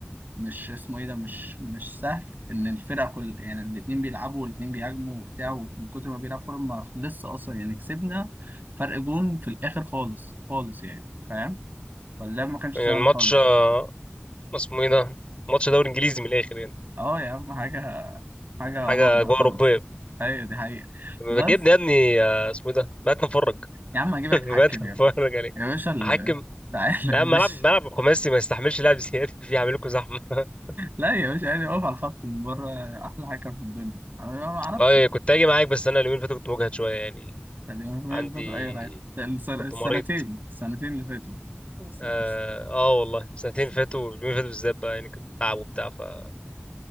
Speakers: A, on the right; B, on the left.
A: مش اسمه ايه ده مش مش سهل ان الفرقة كل يعني الاتنين بيلعبوا والاتنين بيهاجموا وبتاع ومن كتر ما بيلعب كورة ما خلصش اصلا يعني كسبنا فرق جون في الاخر خالص خالص يعني فاهم فاللعب ما كانش
B: يعني
A: سهل
B: الماتش
A: خالص
B: آه، اسمه ايه ده؟ ماتش دوري انجليزي من الاخر يعني
A: اه يا عم حاجة حاجة
B: حاجة
A: علاقة
B: أجواء
A: خالص
B: أوروبية
A: ايوه دي حقيقة
B: بجيبني
A: بس
B: يا ابني آه، اسمه ايه ده؟ بقيت نفرج
A: يا عم هجيبك
B: <laughs> بدأ
A: تحكم يا
B: اتفرج
A: ابني
B: عليه
A: يا باشا ال...
B: احكم
A: <laughs> تعالى
B: لا
A: يا
B: ملعب
A: باشا
B: ملعب خماسي ما يستحملش لعب زياده <laughs> فيه هعمل لكم زحمه <laughs>
A: لا يا باشا يعني واقف على الخط من بره أحلى حكم في الدنيا أنا ما أعرفش
B: اه كنت اجي معاك بس انا اليومين اللي فاتوا كنت مجهد شويه يعني
A: يعني من
B: عندي
A: اللي فاتوا أي لعيب السنتين
B: كنت مريض
A: السنتين اللي فاتوا الس-
B: اه, آه والله سنتين
A: الس-
B: فاتوا اليومين اللي فاتوا بالذات بقى يعني كنت تعب وبتاع فالدنيا